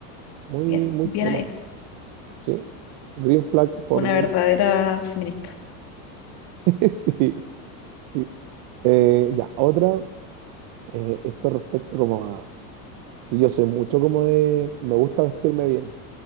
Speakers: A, on the right (about 55°); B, on the left (about 55°).
A: Muy,
B: bien,
A: muy
B: bien
A: tela.
B: ahí.
A: Sí. Green flag por
B: Una
A: mil.
B: verdadera feminista.
A: <laughs> Sí, sí. Eh, ya, otra. eh, esto respecto como a que yo soy mucho como de me gusta vestirme bien